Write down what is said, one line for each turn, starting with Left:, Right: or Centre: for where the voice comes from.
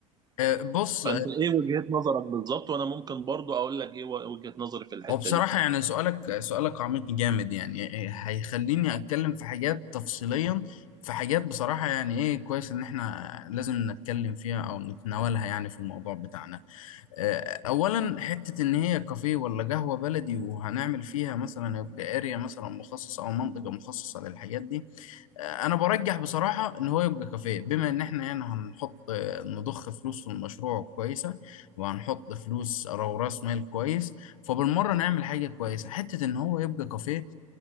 Left: آه، بص
Right: فأنت إيه وجهة نظرك بالظبط وأنا ممكن برضو أقول لك إيه وجهة نظري في الحتة
Left: هو بصراحة
Right: دي
Left: يعني سؤالك سؤالك عميق جامد يعني إيه، هيخليني أتكلم في حاجات تفصيليا في حاجات بصراحة يعني إيه كويس إن إحنا لازم نتكلم فيها أو نتناولها يعني في الموضوع بتاعنا آه، أولا حتة إن هي كافيه ولا قهوة بلدي وهنعمل فيها مثلا يبقى أريا مثلا مخصصة أو منطقة مخصصة للحاجات دي انا برجح بصراحه ان هو يبقى كافيه بما ان احنا هنا هنحط نضخ فلوس في المشروع كويسه وهنحط فلوس او راس مال كويس فبالمره نعمل حاجه كويسه حته ان هو يبقى كافيه